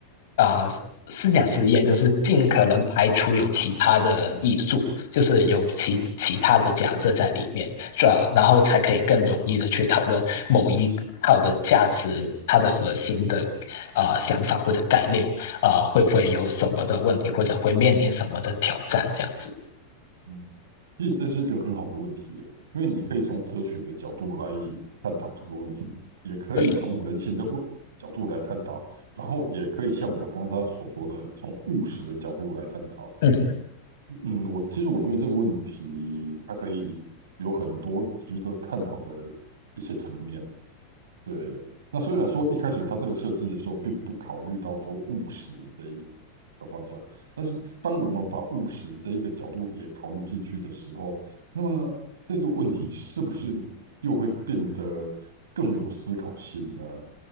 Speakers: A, on the left; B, on the right.
A: 啊、呃思想实验，就是尽可能排除有其他的艺术，就是有其其他的假设在里面，是吧？然后才可以更容易的去讨论某一套的价值，它的核心的啊、呃想法或者概念啊、呃会不会有什么的问题，或者会面临什么的挑战，这样子。
B: 嗯其实这是一个很好的问题耶，因为你可以从哲学的角度来探讨这个问题，也可以从人性的问角度来探讨，
A: 对，
B: 然后也可以像我刚刚所说的，从务实的角度来探讨。
A: 嗯。
B: 嗯，我其实我觉得这个问题，它可以有很多值得探讨的一些层面。对，那虽然说一开始它这个设计的时候，并不考虑到说务实这一个方向，但是当我们把务实这一个角度也考虑进去的时候，那么这个问题是不是又会变得更有思考性呢？